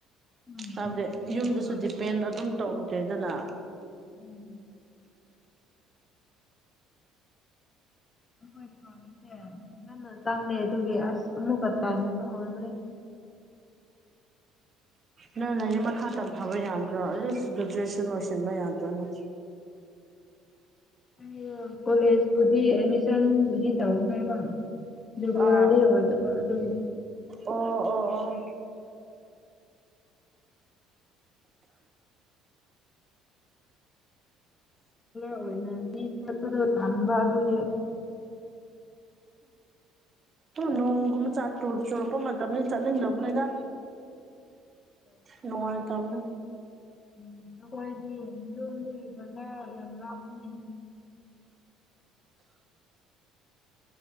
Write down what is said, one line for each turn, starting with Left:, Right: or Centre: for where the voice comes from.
Left: ꯎꯝ
Right: ꯍꯥꯏꯕꯗꯤ
Left: ꯑꯗꯨꯒꯨꯝꯕ
Right: ꯌꯨꯝꯗꯁꯨ ꯗꯤꯄꯦꯟ ꯑꯗꯨꯝ ꯇꯧꯗ꯭ꯔꯦꯗꯅ
Left: ꯎꯝ ꯑꯩꯈꯣꯏꯁꯦ ꯌꯥꯝꯟꯅ ꯆꯥꯡꯅꯩ ꯑꯗꯨꯒꯤ ꯑꯁ ꯑꯃꯨꯛꯀ ꯇꯥꯟꯕ ꯍꯧꯔꯕꯅꯦ <inaudible>
Right: ꯅꯪ ꯂꯥꯏꯔꯤꯛ ꯃꯈꯥ ꯇꯝꯊꯥꯕ ꯌꯥꯗ꯭ꯔꯣ ꯑꯦꯠꯂꯤꯁ ꯒꯦꯖꯨꯦꯁꯟ ꯂꯣꯏꯁꯤꯟꯕ ꯌꯥꯗ꯭ꯔꯅꯦ
Left: ꯑ ꯀꯣꯂꯦꯖꯄꯨꯗꯤ ꯑꯦꯗꯃꯤꯁꯟꯕꯨꯗꯤ ꯇꯧꯈ꯭ꯔꯦꯕꯣ ꯗꯨꯒꯒꯥꯗꯤ
Right: ꯑꯥ
Left: ꯑꯣꯏꯗꯕ ꯑꯗꯨꯒꯤ
Right: ꯑꯣ ꯑꯣ ꯑꯣ
Left: ꯑꯣꯏꯅꯗꯤ ꯄꯣꯠꯇꯨꯗ ꯇꯥꯟꯕ ꯑꯗꯨꯒꯤ
Right: ꯅꯣꯡꯒꯨꯝꯕ ꯆ ꯆꯨꯔꯛꯄ ꯃꯇꯝꯅꯤ ꯆꯥꯅꯤꯡꯗ꯭ꯔꯕꯅꯤꯅ ꯅꯨꯡꯉ ꯇꯥꯕꯅ
Left: ꯎꯝ ꯑꯩꯈꯣꯏꯗꯤ ꯌꯨꯝꯗꯒꯤ ꯕꯖꯥꯔ ꯌꯥꯝ ꯂꯥꯞꯄꯅꯦ